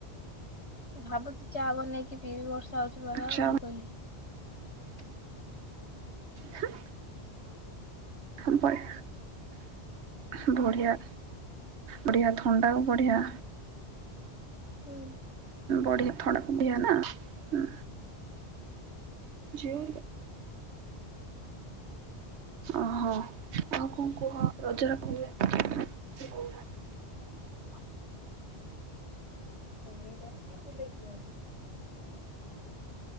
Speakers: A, on the left; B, on the right.
A: ମୁ ଭାବୁଛିି ଚାହା ବନେଇକି ପିଇ ବର୍ଷ ଯାଉଛି
B: ଚା
A: <unintelligible> କଇଲି।
B: ହ। <unintelligible> ବଢିଆ। ବଢିଆ ଥଣ୍ଡା କୁ ବଢିଆ
A: ହୁଁ।
B: ବଢିଆ ଥଣ୍ଡା କ ବଢିଆ ନା ହୁଁ। ଜିଉ ଓହୋ ଆଉ କଣ କୁହ? ରଜର। <unintelligible>
A: <unintelligible> ବୁଲେଇ ଯାଇ ଟିକେ ବୁଲେଇ ଯିବା।